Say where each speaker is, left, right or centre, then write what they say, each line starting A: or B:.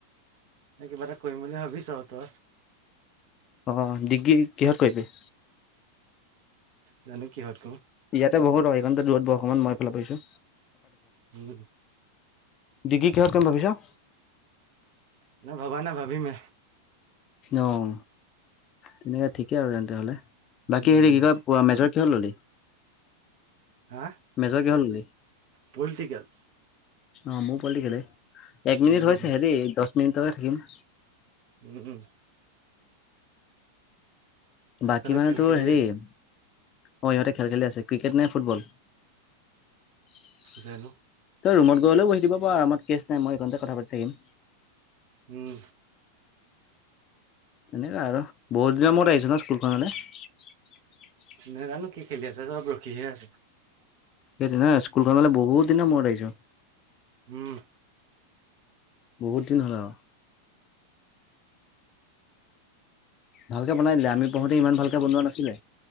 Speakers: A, on the right (about 50°); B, on the left (about 30°).
A: কিবা এটা কৰিম বুলি ভাবিছোঁ, তই?
B: অ' ডিগ্ৰী কিহত কৰিবি?
A: জানো কিহত কৰো
B: ইয়াতে বহুত আইকনতে দূৰত বহ অকমান, মই ফাল আহিছোঁ।
A: উম।
B: ডিগ্ৰী কিহত কৰিম ভাবিছ?
A: নাই ভবা নাই ভাবিমহে
B: অ', তেনেকে ঠিকেই আৰু তেন্তে হলে। বাকী
A: উম
B: হেৰি কি কয় প মেজৰ কিহত ল'লি?
A: হা
B: মেজৰ কিহত ললি?
A: পলিটিকেল
B: অ' মোৰ পলটিকলে, এক মিনিট
A: উম
B: হৈছে হৈছেহে দে, দচ মিনিটকে থাকিম।
A: উম।
B: বাকী
A: ইফালে
B: মানে
A: খেল
B: তোৰ
A: খেলি
B: হেৰি
A: আছে
B: অ' ইহঁতে খেল খেলি আছে, ক্ৰিকেট নে ফুটবল? তই
A: জানো
B: ৰুমত গৈহলেও বহি দিব পাৰ আমত কেচ নাই মই আইকনতে কথা পাতি থাকিম।
A: উম।
B: এনেকুৱা আৰু বহুত দিনৰ মূৰত আহিছো ন স্কুলখনলৈ।
A: নেজানো কি খেলি আছে চব ৰখিহে আছে।
B: সেই ন স্কুলখনলে বহুত দিন মূৰত আহিছো।
A: উম।
B: বহুত দিন হ'লে আৰু। ভালকে বনাই দিলে আমি পঢ়োতে ইমান ভালকে বনোৱা নাছিলে